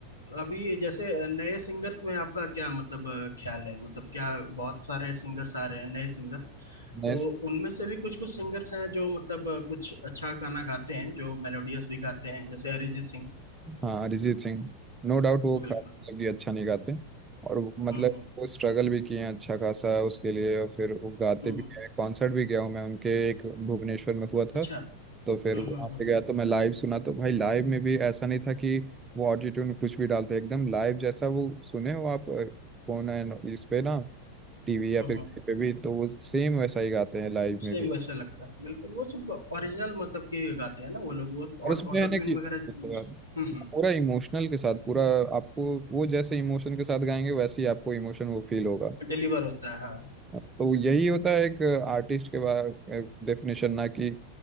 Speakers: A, on the left (about 85°); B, on the right (about 20°).
A: अभी जैसे नए सिंगर्स में आपका क्या मतलब अ, ख्याल है मतलब क्या बहुत सारे सिंगर्स आ रहे हैं नए सिंगर्स
B: नए
A: तो उनमें से भी कुछ कुछ सिंगर्स हैं जो मतलब अ, कुछ अच्छा गाना गाते हैं जो मेलोडियस भी गाते हैं जैसे अरिजीत सिंह
B: हाँ अरिजीत सिंह नो डाउट वो
A: बिल्कुल
B: काफी मतलब कि अच्छा नहीं गाते और वो- मतलब
A: हम्म हम्म
B: वो स्ट्रगल भी किए हैं अच्छा खासा उसके लिए और फिर वो गाते
A: हम्म
B: भी हैं कॉन्सर्ट भी गया हूँ मैं उनके एक भुवनेश्वर में हुआ था
A: अच्छा हम्म
B: तो फिर वहाँ
A: हम्म हम्म
B: पे गया तो मैं लाइव सुना तो भाई लाइव में भी ऐसा नहीं था कि वो ऑटोट्यून कुछ भी डालते एकदम लाइव जैसा वो सुने हो आप फोन एंड इस पे ना टीवी या
A: हम्म
B: फिर कहीं पे भी तो वो सेम वैसा ही गाते हैं लाइव
A: सेम
B: में भी
A: वैसा लगता है बिल्कुल वो सब ओरिजिनल मतलब के गाते हैं ना वो लोग वो
B: और उसमें
A: ऑटो
B: है
A: ट्यून
B: ना कि
A: वगैरह
B: देखो
A: यूज
B: यार
A: हम्म
B: पूरा
A: हम्म।
B: इमोशनल के साथ पूरा आपको वो जैसे इमोशन के साथ गाएंगे वैसे ही आपको इमोशन वो फील होगा
A: डिलीवर होता है हाँ
B: तो यही होता है एक आर्टिस्ट के बारे डेफिनेशन ना कि